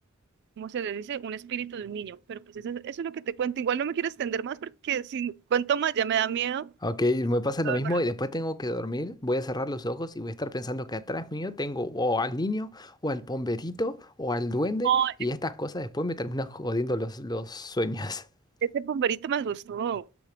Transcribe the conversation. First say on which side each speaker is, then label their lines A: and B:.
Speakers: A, on the right; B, on the left.
A: ¿cómo se le dice? Un espíritu de un niño. Pero pues eso, eso es lo que te cuento. Igual no me quiero extender más porque si cuento más ya me da miedo.
B: Ok, me pasa lo
A: A
B: mismo
A: ver, Pero,
B: y después tengo que dormir. Voy a cerrar los ojos y voy a estar pensando que atrás mío tengo o al niño, o al pomberito, o al duende,
A: oh,
B: y estas cosas después me terminan <laughs> jodiendo los, los sueños. <laughs>
A: ese bomberito me asustó.